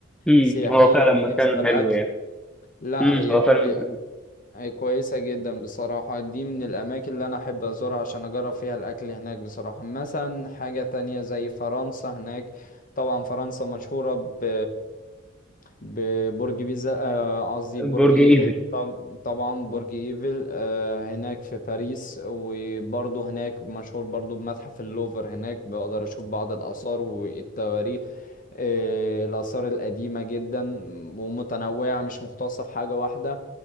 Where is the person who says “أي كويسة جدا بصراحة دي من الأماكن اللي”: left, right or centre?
Left